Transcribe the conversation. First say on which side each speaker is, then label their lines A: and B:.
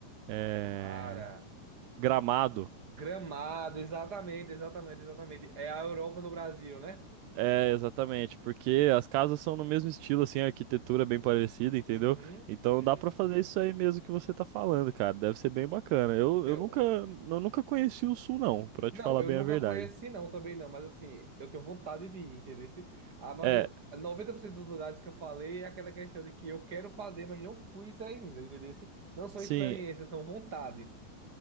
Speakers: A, on the right; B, on the right.
A: É...
B: Cara.
A: Gramado.
B: Gramado, exatamente, exatamente, exatamente. É a Europa no Brasil, né?
A: É, exatamente, porque as casas são no mesmo estilo, assim, a arquitetura é bem parecida, entendeu?
B: Uhum,
A: Então
B: entendi.
A: dá pra fazer isso aí mesmo que você tá falando, cara. Deve ser bem bacana. Eu,
B: Teu.
A: eu nunca, eu nunca conheci o sul, não, pra
B: Não,
A: te falar
B: eu
A: bem
B: nunca
A: a verdade.
B: conheci, não, também não, mas assim, eu tenho vontade de ir, entendeu? Se- A maioria,
A: É,
B: 90% dos lugares que eu falei é aquela questão de que eu quero fazer, mas não fui ainda, entendeu? Se- Não são
A: sim,
B: experiências, são vontades.